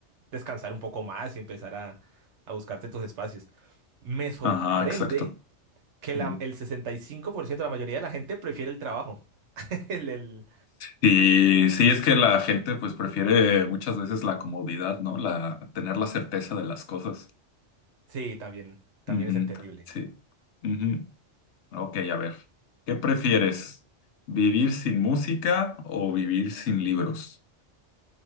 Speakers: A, on the right; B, on the left.
A: descansar un poco más y empezar a, a buscarte tus espacios. Me sorprende
B: Ajá, exacto.
A: que
B: Ujú.
A: la- el 65% de la mayoría de la gente prefiere el trabajo. <laughs> El, el-
B: Sí, sí, es que la gente pues prefiere muchas veces la comodidad, ¿no? La tener la certeza de las cosas.
A: Sí, también, también
B: Ujú,
A: es entendible.
B: Sí. Ujú. Ok, a ver. ¿Qué prefieres? ¿Vivir sin música o vivir sin libros?